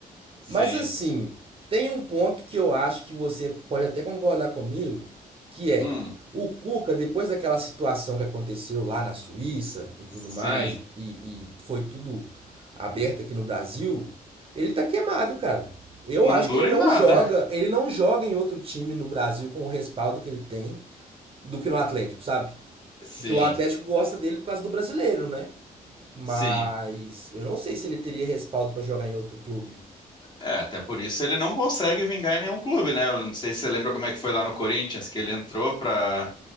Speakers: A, on the left; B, on the right.
A: sim,
B: Mas assim, tem um ponto que eu acho que você pode até concordar comigo, que é
A: hum,
B: o Cuca, depois daquela situação que aconteceu lá na Suíça e tudo
A: sim.
B: mais, e, e- e foi tudo aberto aqui no Brasil, ele tá queimado, cara. Eu
A: Não
B: acho
A: dura
B: que ele não
A: em nada.
B: joga, ele não joga em outro time no Brasil com o respaldo que ele tem do que no Atlético, sabe?
A: Sim,
B: Porque o Atlético gosta dele por causa do brasileiro, né? Mas
A: sim.
B: eu não sei se ele teria respaldo pra jogar em outro clube.
A: É, até por isso ele não consegue vingar em nenhum clube, né? Eu não sei se você lembra como é que foi lá no Corinthians, que ele entrou pra,